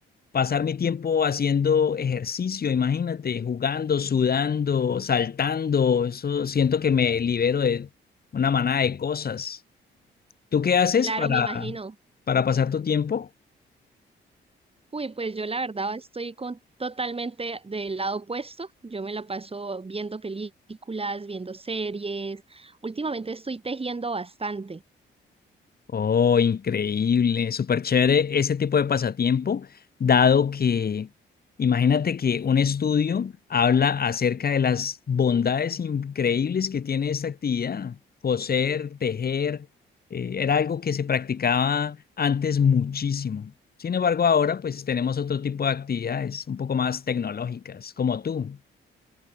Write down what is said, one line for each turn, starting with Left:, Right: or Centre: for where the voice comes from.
Left: pasar mi tiempo haciendo ejercicio, imagínate, jugando, sudando, saltando, eso siento que me libero de una manada de cosas. ¿Tú qué haces
Right: Claro,
Left: para,
Right: me imagino.
Left: para pasar tu tiempo?
Right: Uy, pues yo la verdad estoy con totalmente del lado opuesto. Yo me la paso viendo películas, viendo series. Últimamente estoy tejiendo bastante.
Left: Oh, increíble, súper chévere ese tipo de pasatiempo, dado que imagínate que un estudio habla acerca de las bondades increíbles que tiene esta actividad. Coser, tejer, eh, era algo que se practicaba antes muchísimo. Sin embargo, ahora pues tenemos otro tipo de actividades un poco más tecnológicas, como tú.